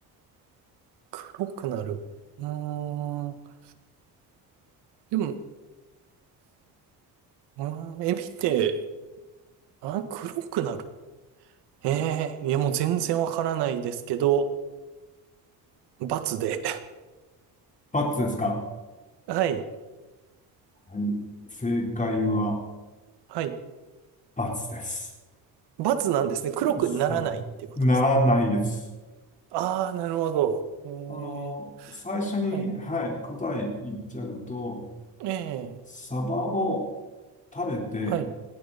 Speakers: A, on the right; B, on the left.
A: 黒くなる。うーん。でも、うーん、エビって、あ、黒くなる。ええ、いやもう全然わからないですけど、×で。
B: ×ですか
A: <laughs> はい。
B: はい。正解は
A: はい。
B: ×です。
A: バツなんですね。黒くならないっていうことですか。
B: そうならないです。
A: ああー、なるほど。ええ、
B: あの、最初に、
A: はい。
B: はい、答え言っちゃうと、
A: ええ、
B: サバを食べて
A: はい、